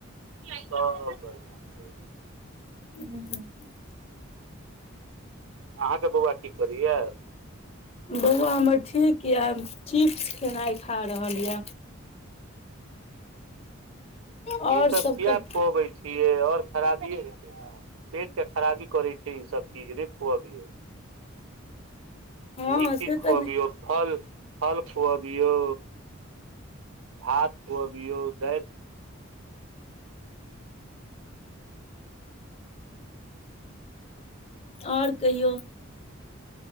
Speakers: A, on the right; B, on the left.
A: सब बढ़िया छै
B: हुं
A: अहांके बौआ की करैये
B: बौआ हमर ठीक यऽ चिप्स खेनाइ खा रहल यऽ आओर
A: इ सब किया
B: कहि
A: खुअबै छियै छियै और खराबिये हेतै नऽ पेट के खराबी करे छै इ सब चीज, नै खुअबियौ
B: हँ
A: नीक चीज
B: से तऽ
A: खुअबियौ,
B: नहि
A: फल फल खुअबियौ भात खुअबियौ दालि
B: और कहियौ